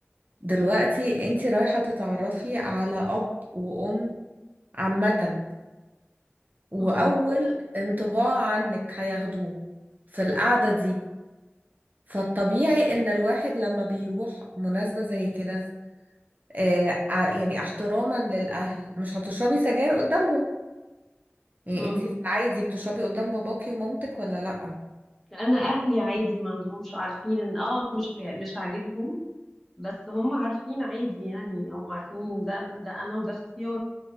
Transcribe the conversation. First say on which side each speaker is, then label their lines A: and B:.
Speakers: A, on the right (about 45°); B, in the centre.
A: دلوقتي انتي رايحه تتعرفي على اب وام عامه واول
B: امم
A: انطباع عنك هياخدوه في القعده دي فالطبيعي ان الواحد لما بيروح مناسبه زي كده آه ع- يعني احتراما للاهل مش هتشربي سجاير قدامهم يعني
B: امم
A: انتي في العادي بتشربي قدام باباكي ومامتك ولا لأ
B: انا اهلي عادي ما عندهمش عارفين ان اه مش بي... مش عاجبهم بس هم عارفين عادي يعني هم عارفين إن ده ده انا وده اختياري